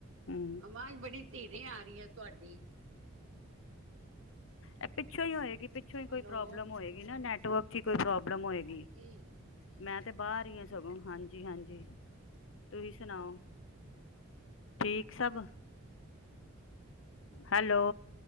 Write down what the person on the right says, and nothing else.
ਆਵਾਜ਼ ਬੜੀ ਧੀਰੇ ਆ ਰਹੀ ਹੈ ਤੁਹਾਡੀ
ਹੈਲੋ
ਹਾਂਜੀ